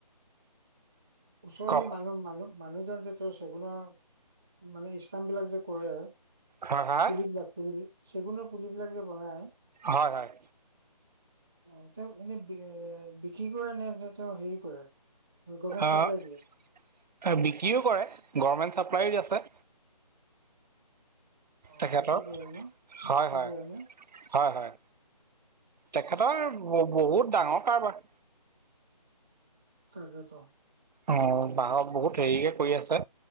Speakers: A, in the centre; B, on the right.
A: ওচৰৰ
B: কওক
A: সেই মানুহ মানুহ মানুহজন যে তেওঁ চেগুনৰ মানে ইষ্টাম বিলাক যে কৰে
B: হয় হা
A: পুলিবিলাক পুলাক চেগুনৰ পুলিবিলাক যে বনাই,,
B: হয় হয়,
A: অ তেওঁ এনেই এ বিক্ৰী কৰে নে তেওঁ হেৰি কৰে গভমেণ্ট
B: অ
A: চাপ্লাই দিয়ে?
B: বিক্ৰীও কৰে গভমেন্ট চাপ্লাই আছে।
A: অ
B: তেখেতৰ
A: বিক্ৰী কৰে ন
B: হয়
A: বিক্ৰী
B: হয়
A: কৰে ন?
B: হয় হয় তেখেতৰ বহুত ডাঙৰ কাৰবাৰ
A: তাকেতো।
B: অ বাঁহৰ বহুত হেৰিকে কৰি আছে,